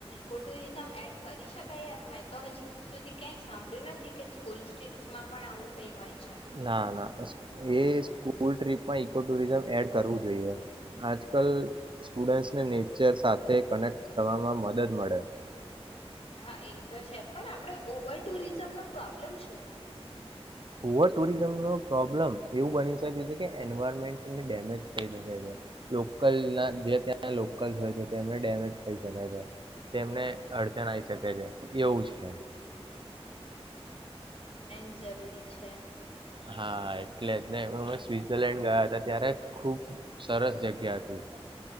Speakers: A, on the left; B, on the right.
A: કો ટુરિઝમ એડ કરી શકાય મેં તો હજી સુધી ક્યાંય સાંભળ્યું નથી કે સ્કૂલ ટ્રીપ્સમાં પણ આવું કઈ હોય છે
B: ના ના એ સ્કૂલ ટ્રીપમાં ઈકો ટુરિઝમ એડ કરવું જોઈએ આજકાલ સ્ટુડન્ટસને નેચર સાથે કનેક્ટ થવામાં મદદ મળે
A: હા એ તો છે પણ આપડણે ઓવર ટુરિઝમનો પ્રોબ્ પ્રોબ્લલેમ શુ
B: કુવ ટુરિઝમ ન પ્રોબ્લમ એવું બની શકે છે કે એન્વાયરમેન્ટની ડેમેજ થઈ શકે છે લોકલ ના જે ત્યાં લોકલસ હોય છે તેમને ડેમેજ થઈ શકે છે તેમને અડચણ આઈ શકે છે એવું છે
A: <unintelligible> જરૂરૂરી છે
B: હા એટલે જ ને અમે સ્વઝરલેન્ડ ગયા હતા ત્યારે ખુબ સરસ જગ્યા હતી